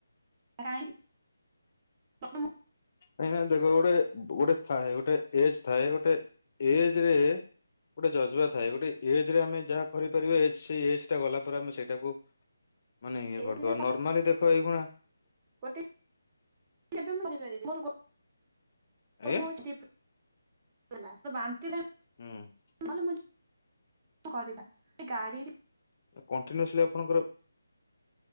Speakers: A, on the right; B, on the left.
A: କାଇଁ ପ୍ରଥମ
B: କାହିଁକିନା ଦେଖ ଗୋଟେ ଗୋଟେ ଥାଏ ଗୋଟେ ଏଜ୍‌ ଥାଏ ଗୋଟେ ଏଜେ ରେ ଗୋଟେ ଯଜବା ଥାଏ ଗୋଟେ ଏଜେ ରେ ଆମେ ଯାହା କରିପାରିବା ଏଜ୍‌ ସେଇ ଏଜ୍‌ ଟା ଗଲା ପରେ ଆମେ ସେଇଟାକୁ ମାନେ ଇଏ
A: ଏଜ୍
B: କରିଦବା
A: ରେ ତାପରେ
B: ନର୍ମାଲି ଦେଖ ଏଇଗୁଣା
A: ଗୋଟେ କେବେ ମୁଁ ବୁଝି ପାରିବି।
B: ଆଜ୍ଞା
A: ଉ <unintelligible> ବାନ୍ତି ନ
B: ହୁଁ
A: ହେଲେ ମୁଁ କରିବା ଗାଡିରେ
B: କଣ୍ଟିନ୍ୟୁସଲି ଆପଣଙ୍କର